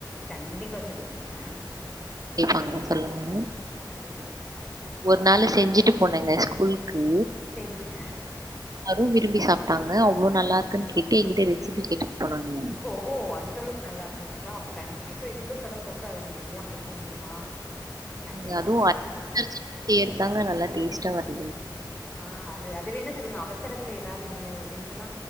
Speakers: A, on the left (about 15°); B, on the right (about 50°).
A: கண்டிப்பா சொல்லுவேங்க
B: கேடப்பாங்க சொல்லுங்க
A: என்னதுங்க
B: ஒரு நாள் செஞ்சுட்டு போனங்க ஸ்கூலுக்கு
A: செரிங்க
B: அரும் விரும்பி சாப்ட்டாங்க அவ்ளோ நல்லா இருக்குன்னு கேட்டு எங்கிட்ட ரெசிபி கேட்டு போனாங்க
A: ஓஹோ அந்த அளவுக்கு நல்லா இருந்துதுங்களா அப்ப கண்டிப்பா இவ்ளோ சொன்னதுக்கு அப்றோ அத நா செய்யாம இருக்க முடியுமா கண்டிப்பா
B: நீங்க அதுவு
A: செஞ்சர்றே
B: <unintelligible> நல்லா டேஸ்ட்டா வ <unintelligible>
A: ஆ அது அது வேணா சொல்லுங்க அவசரத்துல ஏதாவது ஒண்ணு செஞ்சோன்னா